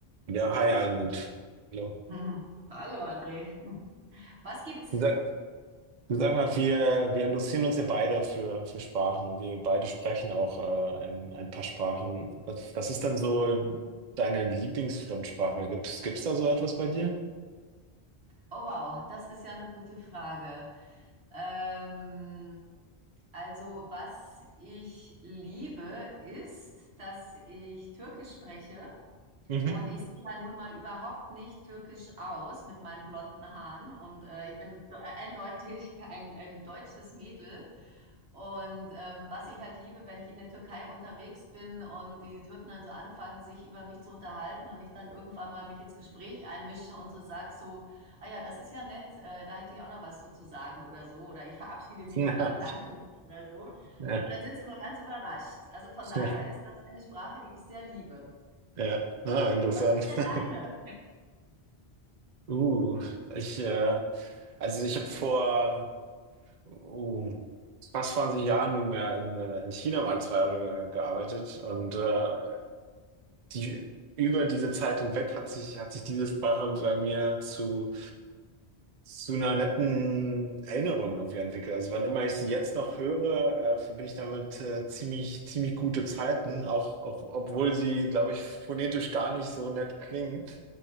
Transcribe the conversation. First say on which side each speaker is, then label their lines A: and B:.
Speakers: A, on the right; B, on the right.
A: Ja, hi Almut. Hallo.
B: <laughs> Mhm. Hallo André, was gibt's?
A: Du sag, du sag mal, wir, wir interessieren uns ja beide für, für Sprachen und wir beide sprechen auch äh, ein, ein paar Sprachen. Was, was ist denn so deine Lieblingsfremdsprache? Gibt's, gibt's da so etwas bei dir?
B: Oh wow, das ist ja eine gute Frage. Ähm, also was ich liebe, ist, dass ich Türkisch spreche
A: Mhm.
B: Und ich sehe ja nun mal überhaupt nicht türkisch aus mit meinen blonden Haaren. Und äh, ich bin do- äh, eindeutig <laughs> ein, ein deutsches Mädel. Und ähm, was ich halt liebe, wenn ich in der Türkei unterwegs bin und die Türken dann so anfangen, sich über mich zu unterhalten und ich dann irgendwann mal mich ins Gespräch einmische und so sag so, ah ja, das ist ja nett, äh, da hätte ich auch noch was zu, zu sagen oder so. Oder ich verabschiede mich
A: <laughs> Na,
B: oder bedanke mich oder so. Und
A: ja,
B: dann sind sie immer ganz überrascht. Also von daher
A: ja,
B: ist das eine Sprache, die ich sehr liebe.
A: ja. Ah, interessant.
B: Was ist denn
A: <laughs>
B: deine?
A: Uh, ich, äh, also ich habe vor. oh, fast 20 Jahre nunmehr in, äh, in China mal zwei Jahre ge gearbeitet und äh, die, über diese Zeit hinweg hat sich, hat sich diese Sprache bei mir zu zu einer netten Erinnerung irgendwie entwickelt. Also wann immer ich sie jetzt noch höre, äh, verbinde ich damit äh, ziemlich, ziemlich gute Zeiten, auch, auch obwohl sie, glaube ich, phonetisch gar nicht so nett klingt.